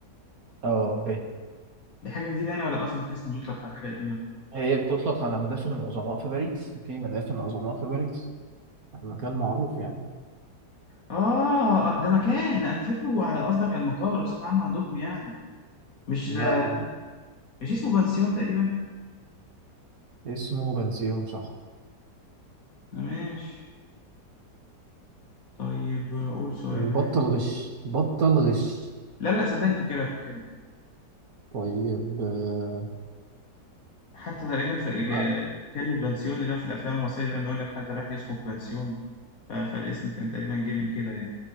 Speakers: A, on the right (about 55°); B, on the left (about 55°).
A: اه ال ب
B: دي حاجه جديده يعني ولا قصدك اسم يطلق على حاجه قديمه
A: هي بتطلق على مدافن العظماء في باريس في مدافن عظماء في باريس مكان معروف يعني
B: اه آه، ده مكان انا فاكره على قصدك على المقابر بصفة عامة عندهم يعني مش
A: لا
B: ده مش اسمه بنسيون تقريبا
A: اسمه بنسيون صح
B: ماشي طيب قول سؤال
A: وبطل
B: يا باشا
A: غش بطل غش
B: لا لا صدقني فاكرها فاكرها
A: طيب آه،
B: حتى تقريبا في إج-
A: ما
B: كلمة بنسيون اللي هو في الأفلام المصرية ده لما يقول لك حد راح يسكن في بنسيون ف... فالاسم كان تقريبا جه من كده يعني